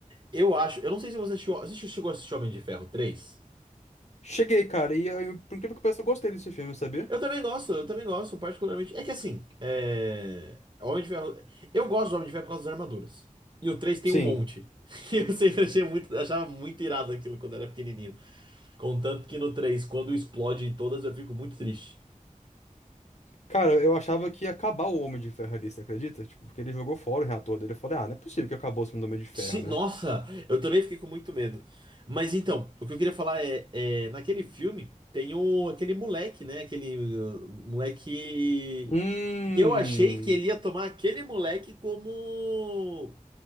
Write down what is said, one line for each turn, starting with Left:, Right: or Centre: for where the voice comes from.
Right: Eu acho, eu não sei se você assistiu, assistiu, chegou a assistir Homem de Ferro três
Left: Cheguei, cara, e eu, por incrível que pareça, eu gostei desse filme, sabia?
Right: Eu também gosto, eu também gosto, particularmente. É que assim, é... Homem de Ferro. Eu gosto do Homem de Ferro por causa das armaduras. E o 3 tem
Left: Sim.
Right: um monte. <laughs> Eu sempre achei muito, achava muito irado aquilo quando era pequenininho. Contanto que no 3, quando explode em todas, eu fico muito triste.
Left: Cara, eu achava que ia acabar o Homem de Ferro ali, você acredita? Tipo, porque ele jogou fora o reator dele. Eu falei, ah, não é possível que acabou o filme do Homem de Ferro,
Right: Sim,
Left: né?
Right: nossa, eu também fiquei com muito medo. Mas então, o que eu queria falar é, é, naquele filme tem o, aquele moleque, né? Aquele uh, moleque
Left: Hum.
Right: que eu achei que ele ia tomar aquele moleque como